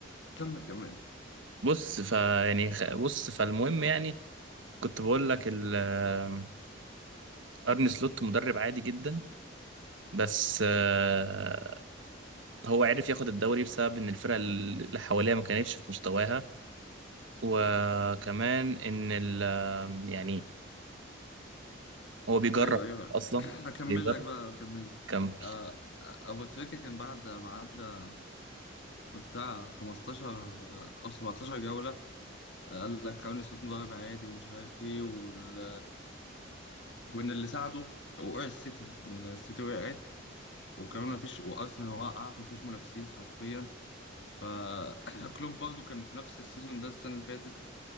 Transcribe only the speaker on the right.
بص فا يعني خ- بص فالمهم يعني كنت بقول لك ال- آه، ارني سلوت مدرب عادي جدا بس آه، هو عرف ياخد الدوري بسبب ان الفرق اللي حواليه ما كانتش في مستواها وكمان ان ال آه، يعني هو بيجرب
اصلا
بيجرب
كم